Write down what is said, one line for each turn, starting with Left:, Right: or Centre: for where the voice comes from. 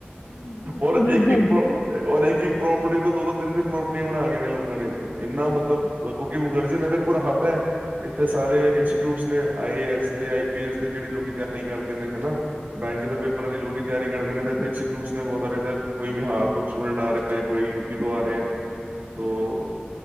Left: ਜੀ ਸਹੀ
Right: ਔਰ ਇੱਕ-ਇੱਕ
Left: ਗੱਲ
Right: ਪ੍ਰੋ
Left: ਹੈ
Right: ਔਰ ਇੱਕ-ਇੱਕ ਪ੍ਰੋਪਰਟੀ ਤੋਂ ਦੋ-ਦੋ, ਤਿੰਨ-ਤਿੰਨ ਪ੍ਰੋਪਰਟੀਆਂ ਬਣਾ ਲਈਆਂ ਨੇ ਲੋਕਾਂ ਨੇ ਇੱਥੇ ਇੰਨਾ ਮਤਲਬ ਕਿਉਂਕਿ ਮੁਖਰਜੀ ਨਗਰ ਪੂਰਾ ਹੱਬ ਐ। ਇੱਥੇ ਸਾਰੇ ਇੰਸਟੀਟਿਊਟਸ ਨੇ ਆਈ ਐਸ ਦੇ, ਆਈ ਪੀ ਐਸ ਦੀ ਜਿਹੜੀ ਲੋਕ ਤਿਆਰੀ ਕਰਦੇ ਨੇ ਹਨਾ। ਬੈਂਕ ਦੇ ਪੇਪਰਾਂ ਲਈ ਲੋਕ ਤਿਆਰੀ ਕਰਦੇ ਨੇ ਤੇ ਇੇ ਇੰਸਿਊਟਸ ਨੇ ਬਹੁਤ ਸਾਰੇ ਇ ਕੋਈ ਬਿਹਾਰ ਤੋਂ ਸਟੂਡੈਂਟ ਆ ਰਿਹਾ ਐ। ਕੋਈ ਯੂਪੀ ਤੋਂ ਆ ਰਿਹਾ ਐ। ਸੋ